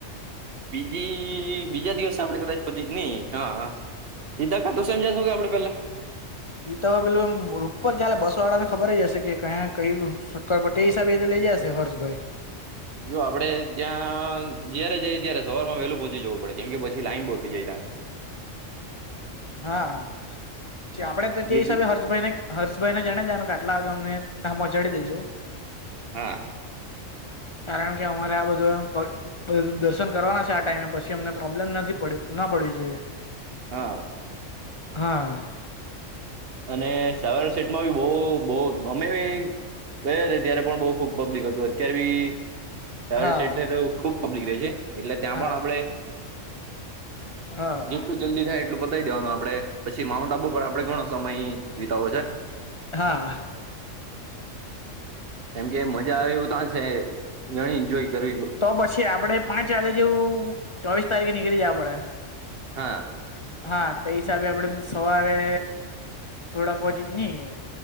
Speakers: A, on the right; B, on the left.
A: બીજી બીજા દિવસે આપડે કદાચ પછી નઈ હા સીધા ખાટું સમજશો કેડે પેલા
B: એ તો હવે પેલું રૂટ પર ચ બસો વાળા ને ખબર જ હશે કે કયા કય છટક એ હિસાબે એ લઈ જશે હર્ષભાઈ
A: જો આપડે ત્યાં જયારે જઈએ ત્યારે સવાર માં વેહેલું પહોંચી જવું પડે કેમ કે પછી લાઈન બહુ થઈ જાય ત <inaudible>
B: હા આપડે તો
A: જેટલું
B: તે હિસાબે હર્ષભાઈ ને હર્ષભાઈને જણ દ્યા કે આટલાગ અમને ત્યાં પહોંચાડી દેજો
A: હા
B: કારણ કે અમારે આ બધું એ દર્શન કરવાના છે આ ટાઈમે પછી અમને પ્રોબ્લેમ નથીડ ના પડવી જોઈએ
A: હા
B: હા
A: અને સાવાર સેટમાં બી બહ બહ અમે ગ તત્યારે પણ બહ ખુબ પબ્લિક હતું અતાર બી
B: હા
A: સ તો ખુબ પબ્લિક ર છે એટલે ત્યાં
B: હા
A: પણ આપડે
B: હા
A: જેટલું જલ્દી થાય એટલું બતાય દેવાનું આપડે પછી માઉન્ટ આબુ પર આપડે ઘણો સમય વિતાવો છે
B: હા
A: કેમ કે મજા આવે એવું ક્યાં છે ઘણી એન્જોય કરવી
B: તો પછી આપડે પાંચ વાગે જેવું ચોવીસ તારીખે નીકળી જ આપડે
A: હા
B: હા તે હિસાબે આપડે સવારે થોડા પહચ નહીએ